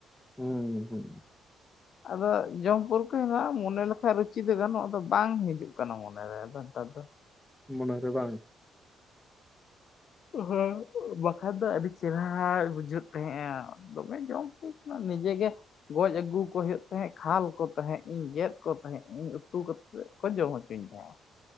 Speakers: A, in the centre; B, on the left.
A: ᱦᱩᱸ ᱦᱩᱸ ᱾
B: ᱟᱫᱚ ᱡᱚᱢ ᱯᱟᱨᱠᱚ ᱦᱮᱱᱟᱜᱼᱟ ᱢᱚᱱᱮ ᱞᱮᱠᱟ ᱨᱩᱪᱤ ᱫᱚ ᱜᱟᱱᱚᱜᱼᱟ ᱟᱫᱚ ᱵᱟᱝ ᱦᱤᱡᱩᱜ ᱠᱟᱱᱟ ᱢᱚᱱᱮᱨᱮ ᱟᱫᱚ ᱱᱮᱛᱟᱨ ᱫᱚ ᱾
A: ᱢᱚᱱᱮ ᱨᱮ ᱵᱟᱝ ᱾
B: ᱦᱮᱸ ᱵᱟᱠᱷᱟᱱ ᱫᱚ ᱟᱹᱰᱤ ᱪᱮᱦᱟᱨᱟ ᱵᱩᱡᱷᱟᱹᱜ ᱛᱟᱦᱮᱸᱼᱟ ᱫᱚᱢᱮ ᱡᱚᱢ ᱦᱩᱭ ᱠᱟᱱᱟ ᱱᱤᱡᱮᱜᱮ ᱾ ᱜᱚᱡ ᱟᱹᱜᱩ ᱠᱚ ᱦᱩᱭᱩᱜ ᱛᱟᱦᱮᱸᱜ ᱠᱷᱟᱞ ᱠᱚ ᱛᱟᱦᱮᱸᱫ ᱤᱧ ᱜᱮᱫ ᱠᱚ ᱛᱟᱦᱮᱸᱫ ᱤᱧ ᱩᱛᱩ ᱾ ᱠᱚ ᱡᱚᱢ ᱦᱚᱪᱚᱧ ᱛᱟᱦᱮᱸᱼᱟ ᱾